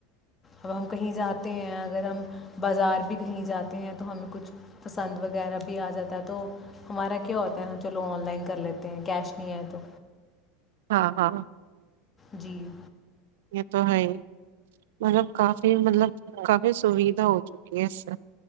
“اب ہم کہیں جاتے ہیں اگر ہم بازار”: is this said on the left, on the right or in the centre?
Left